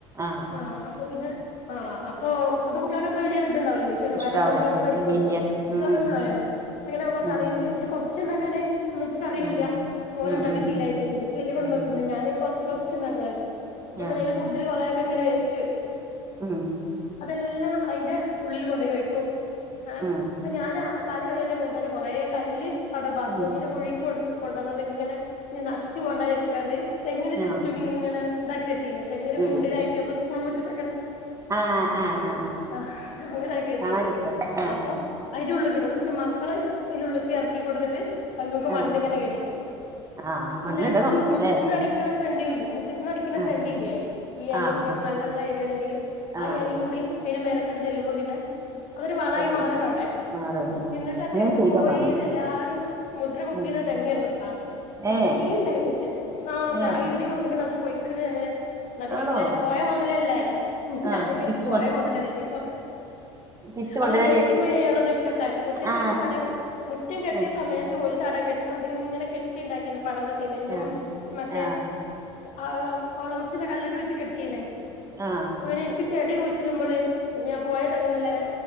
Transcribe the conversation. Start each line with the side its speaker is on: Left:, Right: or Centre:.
Right: ആഹ്
Left: ആ അ പിന്നെ ആ അപ്പോ അത് കുട്ടികൾക്ക് എത്ര വല്യൊരു തുണ്ടാവൂല്ലല്ലോ ചെറുപയറും
Right: ഇഷ്ടാവൂല
Left: വമ്പയറും പരിപ്പും
Right: ഇല്ല്യ ഇല്ല്യ ഉം
Left: ല്ലേ ഇത് <unintelligible> അങ്ങനാവുമ്പോ കറീല്
Right: ഉം
Left: പിന്നെ കൊറ ച്ച് ണ്ടാക്കാന് ഉമ്മച്ചിക്ക് അറിയൂല്ല
Right: ഉം
Left: തോനെണ്ടാക്കി
Right: ഉം ഉം
Left: ശീലായിപ്പോയി
Right: ഉം
Left: ഉമ്മച്ചി വലിയ കുടുംബത്തിന്ന്
Right: ഉം
Left: ഞാന് ഇപ്പൊ കൊറച്ച് കൊറച്ചുണ്ടാക്കണെല്ലേ അപ്പോപ്പിന്നെ
Right: ആഹ്
Left: ഫുഡില് കുറേക്കെയിങ്ങനെ വേസ്റ്റ് വരും
Right: ഉം
Left: ഇതെല്ലാം അയിന്റെ ഉള്ളില്കൊണ്ടോയി ഒയിക്കും എ
Right: ഉം
Left: അത് ഞാനാ അ കാല് കഴുകലിന് മുമ്പ്ന്നെ കൊറെ കല്ല് അടെ ബാത്റൂമിന്റെ
Right: ഉം
Left: കുഴി കൊ കൊണ്ടുവന്നതിങ്ങനെ ഉം നശിച്ച് പോണ്ടാവിചരിച്ചികാണ്ട് തെങ്ങിന്
Right: ആഹ്
Left: ചുറ്റും ഇങ്ങനെ ഇതാക്കി വെച്ചീരുന്നു തെങ്ങ് ഒരു
Right: ഇടും
Left: കുണ്ടിലായിട്ട് നമ്മള് സ്കൂൾ മു <unintelligible>
Right: ആഹ് ആഹ് ആഹ് ആഹ്
Left: ആ അങ്ങനാക്കി വെച്ചീ
Right: കാണാൻ രസാ ആഹ്
Left: അപ്പം അ ന്റെ ഉള്ളിക്കിടും ന്നിട്ട് മക്കള് തിന്റെ ഉള്ളിക്ക് എറക്കി കൊണ്ടൊന്നിട്ട് അതിങ്ങക്ക്
Right: ആഹ്
Left: മണ്ണിങ്ങനെ കേറ്റിടും
Right: ആഹ്
Left: അവരടിച്ചു
Right: മണ്ണിടണം
Left: മുറ്റത്ത്ന്ന്
Right: ല്ലേ
Left: അടിക്കണ ചണ്ടിയുല്ലേ മുറ്റന്ന് അടിക്കണ
Right: ആഹ്
Left: ചണ്ടീല്ലേ ഈ എലയും
Right: ആഹ്
Left: ഇതൊക്കെ നല്ലൊള്ള എങ്കില് ആ
Right: ആഹ്
Left: എലയും കൂടി അതിന്റെ മേലേക്കാണ്ട് ചെല്ലുമ്പോ പിന്നെ അതൊരു വളായി
Right: റെഡിയായി
Left: മാറാണവടെ
Right: ആറാണ്
Left: എന്നിട്ട് ആ
Right: അങ്ങനെ
Left: തെങ്ങ്
Right: ചെയ്തോക്കണം
Left: പോയിന്ന്
Right: എന്നാല്
Left: എല്ലാരും മുദ്ര കുത്തീന്ന
Right: ഉം
Left: തെങ്ങാരുന്നിട്ടാ തേങ്ങേ
Right: ഏ
Left: ണ്ടായിരുന്നില്ല ആ താ
Right: ഏ
Left: ഇടി കൊണ്ട്‌കണ് അത് പൊയിക്കണ് അങ്ങനെ എന്ന പിന്നെ
Right: ആണോ
Left: എങ്ങനായാലും പോയാ മൊതലല്ലേ
Right: ആ
Left: ഞാനും കരുതി
Right: തിരിച്ച്
Left: പോയ
Right: കൊ
Left: മൊതലല്ലേ ഇനീപ്പോ
Right: തിരിച്ച്
Left: അതൊരു
Right: കൊണ്ടുവരാൻ
Left: വേസ്റ്റും
Right: വിചാരിച്ച്
Left: കുയിയായി അവടെ നിക്കട്ടെ മുറ്റത്തങ്ങനെ
Right: ആ
Left: തടയ് മുറ്റം കെട്ടിയ
Right: ആ
Left: സമയത്ത് ഒരു തടം കെ അതിങ്ങനെ കെട്ടിണ്ടാക്കിയതാ പടവ് സിമെന്റും
Right: ആ
Left: മറ്റേ
Right: ആ
Left: ആ ഹോളോ ബ്രിക്സിന്റെ കല്ലൊക്കെ വെച്ച് കെട്ടിന്നേ
Right: ആ
Left: അപ്പൊ പിന്നെ എനിക്ക് ചെടി കുയിച്ചിടുമ്പള് പിന്നെ ആ പോയ തെങ്ങല്ലേ